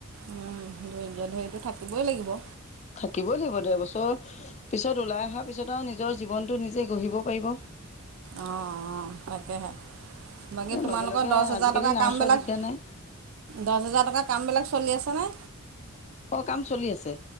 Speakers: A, on the right; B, on the left.
A: উম ধৈৰ্য্য ধৰিটো থাকিবই লাগিব।
B: থাকিবই লাগিব। ডেৰবছৰ পিছত ওলাই অহাৰ পিছত আৰু নিজৰ জীৱনটো নিজে গঢ়িব পাৰিব।
A: অ অ তাকেহে। বাকী তোমালোকৰ
B: লগে লগে
A: দহ হাজাৰ
B: আজিকালি
A: টকাৰ
B: নাৰ্ছৰ
A: কামবিলাক।
B: দিগদাৰ নাই
A: দহ হাজাৰ টকাৰ কামবিলাক চলি আছেনে?
B: অ', কাম চলি আছে,